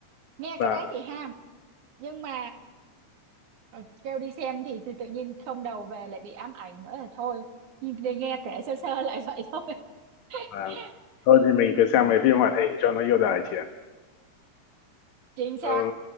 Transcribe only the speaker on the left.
và
và
thôi thì mình cứ sang
mấy phim hoạt hình cho nó yêu đời chị ạ.
Ờ,